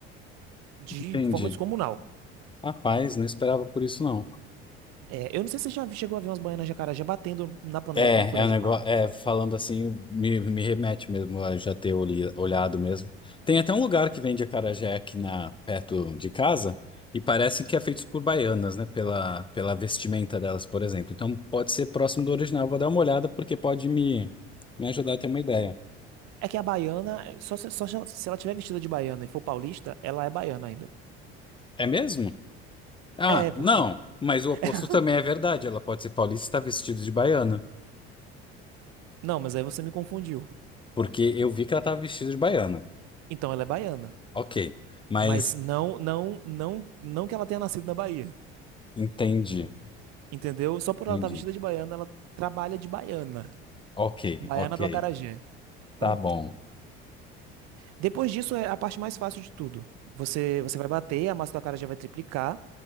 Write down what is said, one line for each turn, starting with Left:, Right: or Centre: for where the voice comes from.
Right: de
Left: Entendi.
Right: forma descomunal.
Left: Rapaz, não esperava por isso não.
Right: É, eu não sei se você já chegou a ver umas baianas de acarajé batendo na panela
Left: É,
Right: com colher
Left: é um
Right: de
Left: negócio,
Right: pau.
Left: é, falando assim, me, me remete mesmo a já ter oli- olhado mesmo. Tem até um lugar que vende acarajé aqui na, perto de casa, e parece que é feito por baianas, né? Pela, pela vestimenta delas, por exemplo. Então pode ser próximo do original. Vou dar uma olhada porque pode me, me ajudar a ter uma ideia.
Right: É que a baiana, é, só, se- só se ela se ela tiver vestida de baiana e for paulista, ela é baiana ainda.
Left: É mesmo? Ah,
Right: É, porque.
Left: não, mas
Right: <laughs>
Left: o oposto também é verdade. Ela pode ser paulista e está vestida de baiana,
Right: Não, mas aí você me confundiu.
Left: porque eu vi que ela estava vestida de baiana.
Right: Então ela é baiana.
Left: Ok, mas
Right: Mas não, não, não, não que ela tenha nascido na Bahia.
Left: entendi,
Right: Entendeu? Só por
Left: entendi.
Right: ela estar vestida de baiana, ela trabalha de baiana.
Left: Ok,
Right: Baiana
Left: ok.
Right: do acarajé.
Left: Tá
Right: Pronto.
Left: bom.
Right: Depois disso é a parte mais fácil de tudo. Você, você vai bater, a massa do acarajé vai triplicar.